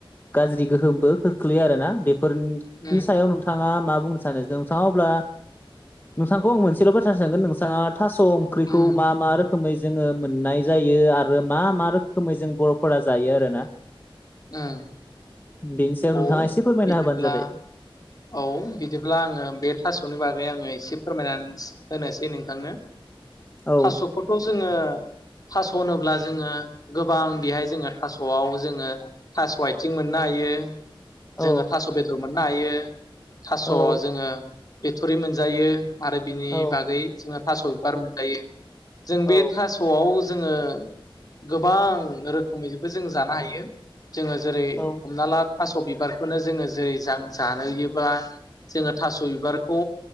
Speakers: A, on the left; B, on the left.
A: गाज्रि गोहोमबो खोख्लैयो आरोना बे फोरनि
B: उम
A: सायाव नोंथाङा माब बुंनो सानो नोंथाङा अब्ला नोंथांखौ आं मोनसेल' बाथ्रा सोंगोन नोंथाङा थास' ओंख्रिखौ
B: उम
A: मा रोखोमै जोङो मोननाय जायो आरो मा मा रोखोमै जों बर'फोरा जायो आरोना
B: उम
A: बेनि सायाव
B: औ
A: नोंथाङा एसे फोरमायना
B: बिदिब्ला
A: होबानो जाबाय।
B: औ बिदिब्ला आङो बे थास'नि बागै आङो एसे फोरमायनानै होनो होनोसै नोंथांनो।
A: औ
B: थास'खौथ' जोङो थास'होनोब्ला जोङो गोबां बेहाय जोङो थासआव जोङो थास‌ आइथिं मोननो हायो
A: औ
B: जोङो थास बेदर मोननो हायो थास
A: औ
B: जोङो बिथरि मोनजायो आरो बिनि
A: औ
B: बागै जोङो थास बिबार मोनजायो। जों
A: औ
B: बे थासआव जोङो गोबां रोखोमैबो जों जानो हायो जोङो जेरै
A: औ
B: हमना ला थास बिबार खौनो जोङो जै जां जानो <unintelligible> बा जोङो थास बिबारखौ